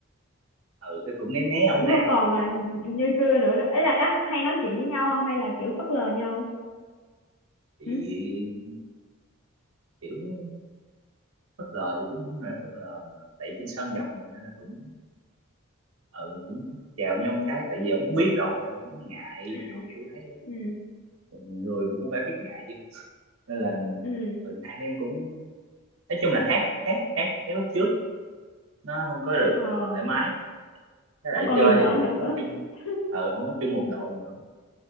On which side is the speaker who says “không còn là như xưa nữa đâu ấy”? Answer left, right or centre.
Left